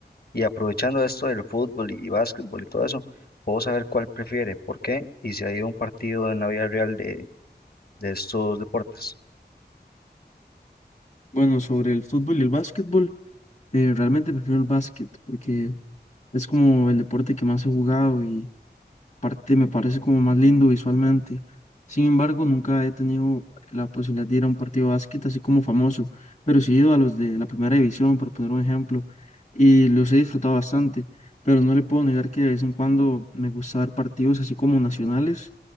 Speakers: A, on the left; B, on the left.
A: Y aprovechando esto del fútbol y básquetbol y todo eso, puedo saber cuál prefiere, por qué y si ha ido a un partido en la vida real de, de estos deportes.
B: Bueno, sobre el fútbol y el básquetbol, eh, realmente prefiero el básquet porque es como el deporte que más he jugado parte me parece como más lindo visualmente. Sin embargo, nunca he tenido la posibilidad de ir a un partido de básquet así como famoso, pero sí he ido a los de la primera división, por poner un ejemplo, y los he disfrutado bastante, pero no le puedo negar que de vez en cuando me gusta ver partidos así como nacionales